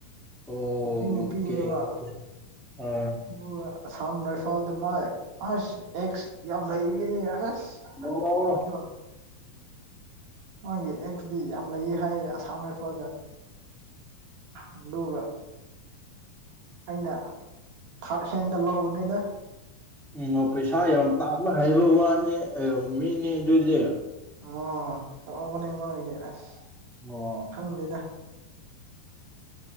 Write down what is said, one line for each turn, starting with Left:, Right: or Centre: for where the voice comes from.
Centre: ꯑꯣꯀꯦ
Right: ꯀꯨꯀꯤ ꯅꯨꯄꯤꯅꯦꯕ
Centre: ꯑꯣꯀꯦ ꯑꯥ
Right: ꯑꯗꯨꯒ ꯑꯁꯥꯝ ꯔꯥꯏꯐꯜꯗ ꯃꯥ ꯑꯁ ꯑꯦꯛꯁ ꯌꯥꯝ ꯂꯩꯒꯤꯅꯤ ꯑꯁ
Centre: <unintelligible>
Right: ꯑꯗꯣ ꯃꯥꯒꯤ ꯑꯦꯛꯁꯗꯤ ꯌꯥꯝ ꯂꯩꯌꯦ ꯍꯥꯏꯌꯦ ꯑꯁꯥꯝ ꯔꯥꯏꯐꯜꯗ ꯑꯗꯨꯒ ꯑꯩꯅ ꯊꯥꯔꯠ ꯍꯦꯟꯗ ꯂꯧꯕꯅꯦꯗ
Centre: ꯎꯝ ꯄꯩꯁꯥ ꯌꯥꯝ ꯇꯟꯕ ꯍꯩꯕ ꯋꯥꯅꯤ ꯑꯥ ꯃꯤ ꯅ‌ꯦꯛꯑꯦ ꯑꯗꯨꯗꯤ
Right: ꯑꯣ ꯇꯥꯡꯕꯅ‌ꯩ ꯃꯥꯒꯤꯗꯤ ꯑꯁ
Centre: ꯑꯣ
Right: ꯈꯪ‌ꯗ‌ꯦꯗ